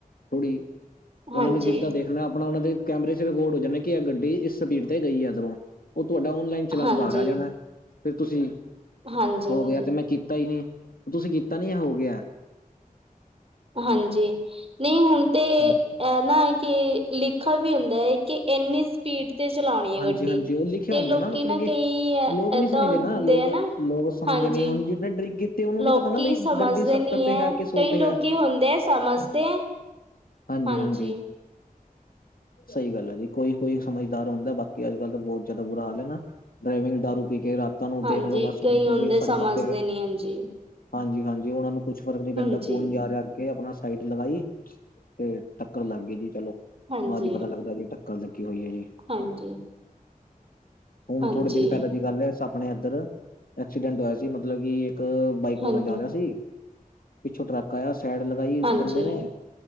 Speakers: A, on the left (about 75°); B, on the right (about 40°).
A: ਥੋੜ੍ਹੀ, ਉਹਨਾਂ
B: ਹਾਂਜੀ
A: ਨੂੰ ਜਿੱਦਾਂ
B: ਹਾਂਜੀ
A: ਦੇਖ ਮੈ, ਆਪਣਾ ਉਹ ਦੇ ਕੈਮਰੇ ਚ' ਰਿਕਾਰਡ ਹੋ ਜਾਣੇ ਕਿ, ਇਹ ਗੱਡੀ ਇਸ ਸਪੀਡ ਤੇ ਗਈ ਇੱਧਰੋਂ ਉਹ ਤੁਹਾਡਾ ਔਨਲਾਈਨ ਚਲਾਣ
B: ਹਾਂਜੀ
A: ਘਰ ਆ ਜਾਣਾ, ਫਿਰ ਤੁਸੀਂ
B: ਹਾਂਜੀ
A: ਕਉਗੇ ਅੇ ਤੇ ਮੈਂ ਕੀਤਾ ਈ ਨਹੀ। ਤੁਸੀਂ ਕੀਤਾ ਨੀ ਇਹ ਹੋ ਗਿਆ ਅੇ।
B: ਹਾਂਜੀ। ਨਹੀਂ ਹੁਣ ਤੇ
A: ਹੂੰ,
B: ਇਹਨਾ ਐ ਕਿ ਲਿਖਾ ਵੀ ਹੁੰਦਾ ਅੇ ਕਿ ਇੰਨੀ ਸ ਸਪੀਡ ਤੇ ਚਲਾਉਣੀ
A: ਹਾਂਜੀ
B: ਅੇ ਗੱਡੀ,
A: ਹਾਂਜੀ ਉਹ ਲਿਖਿਆ
B: ਤੇ
A: ਹੁੰਦਾ
B: ਲੋਕੀ
A: ਮਤਲਬ
B: ਨਾ
A: ਕਿ
B: ਕਈ,
A: ਲੋਕ ਨੀ
B: ਏਦਾਂ
A: ਸਮਝਦੇ
B: ਹੁੰਦੇ
A: ਨਾ ਲੋਕ
B: ਆ ਨਾ
A: ਲੋਕ ਸਮਝਦੇ
B: ਹਾਂਜੀ
A: ਨੀ, ਹੁਣ ਜਿਹੇ ਡਰਿੰਕ ਕੀ ਤੀ ਉਹਨੂੰ
B: ਲੋਕੀ
A: ਨੀ ਪਤਾ ਨਾ ਬਈ,
B: ਸਮਝਦੇ
A: ਗੱਡੀ ਸੱਤਰ
B: ਨੀ
A: ਤੇ ਹੈ ਕਿ ਸੌ
B: ਕਈ
A: ਤੇ
B: ਲੋਕੀ
A: ਹੈ।
B: ਹੁੰਦੇ ਆ ਸਮਝਦੇ ਹੈ
A: ਹਾਂਜੀ-ਹਾਂਜੀ,
B: ਹਾਂਜੀ
A: ਸਹੀ ਗੱਲ ਅੇ ਜੀ ਕੋਈ-ਕੋਈ ਸਮਝਦਾਰ ਹੁੰਦਾ ਬਾਕੀ ਬਾਕੀ ਅੱਜ-ਕੱਲ ਤਾਂ ਬਹੁਤ ਜ਼ਿਆਦਾ ਬੁਰਾ ਹਾਲ ਹੈ ਨਾ, ਡਰਾਈਵਿੰਗ ਦਾਰੂ ਪੀ ਕੇ ਰਾ ਤੁਹਾਨੂੰ,
B: ਹਾਂਜੀ
A: ਦੇਖ ਲਓ ਬਸ
B: ਕਈ
A: ਹੁਣ ਤੁਸੀਂ
B: ਹੁੰਦੇ
A: ਸੜਕਾਂ
B: ਸਮਝਦੇ
A: ਤੇ
B: ਨੀ ਹਾਂਜੀ
A: ਹਾਂਜੀ- ਹਾਂਜੀ ਉਹ, ਨਾਂ ਨੂੰ ਕੁੱਛ ਫਰਕ ਨੀ ਪੈਂਦਾ
B: ਹਾਂਜੀ
A: ਕੌਣ ਜਾ ਰਿਹਾ ਅੱਗੇ ਆਪਣਾ। ਸਾਈਡ ਲਗਾਈ ਤੇ, ਟੱਕਰ ਲੱਗ ਗਈ ਜੀ ਚਲੋ,
B: ਹਾਂਜੀ
A: ਬਾਅਦ ਹੀ ਪਤਾ ਲੱਗਦਾ ਜੀ। ਗੱਲ ਤ ਕੀ ਹੋਈ ਹੈ ਜੀ।
B: ਹਾਂਜੀ।
A: ਹੁਣ
B: ਹਾਂਜੀ
A: ਥੋੜੇ ਦਿਨ ਪਹਿਲਾਂ ਦੀ ਗੱਲ ਹੈ ਆਪਣੇ ਇੱਧਰ, ਐਕਸੀਡੈਂਟ ਹੋਇਆ ਸੀ ਮਤਲਬ ਕਿ ਇੱਕ ਬਾਈਕ ਵਾਲਾ
B: ਹਾਂਜੀ
A: ਜਾ ਰਿਹਾ ਸੀ, ਪਿੱਛੋਂ ਟਰੱਕ ਆਇਆ ਸੈਡ ਲਗਾਈ
B: ਹਾਂਜੀ
A: ਬੰਦੇ ਨੇ।